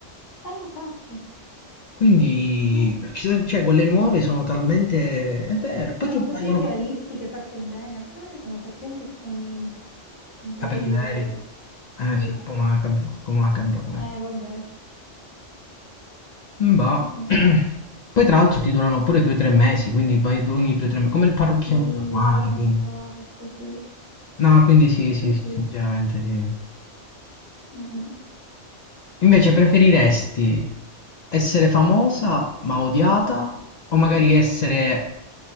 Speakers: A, on the left; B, on the left.
A: Eh, esatto.
B: Quindi,
A: Eh.
B: ci- cioè, quelle nuove sono talmente... È vero,
A: Sono
B: poi ti
A: così
B: vengono
A: realistiche, fatte bene. Alcune sono fatte anche con i i capelli
B: capelli veri.
A: veri. Sì,
B: Eh sì, un po' macabro, un po' macabro come
A: eh, vabbè.
B: Bah.
A: Mm-mm.
B: <clears throat> Poi tra l'altro ti durano pure due o tre mesi, quindi vai d- ogni due o tre mesi, come il parrucchiere
A: Sì,
B: normale,
A: durano
B: quindi.
A: un sacco, sì.
B: No, quindi sì,
A: Sì,
B: sì,
A: sì.
B: sì, sinceramente sì.
A: Mm-mm.
B: Invece preferiresti essere famosa ma odiata o magari essere